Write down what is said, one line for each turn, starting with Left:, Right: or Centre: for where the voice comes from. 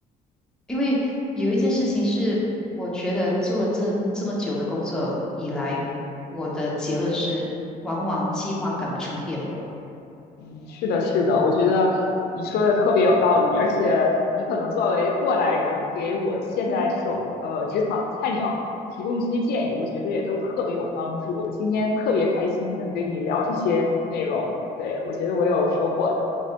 Centre: 因为有一件事情是，我觉得做了这这么久的工作以来，我的结论是，
Left: 嗯。
Centre: 往往计划赶不上变化。
Left: 嗯，是的，是的，我觉得你说的特别有道理，而且你可能作为过来人，给我现在这种呃职场菜鸟提供这些建议，
Centre: 嗯
Left: 我觉得也都特别有帮助。今天特别开心能跟你聊这些内容，对，我觉得我有收获的。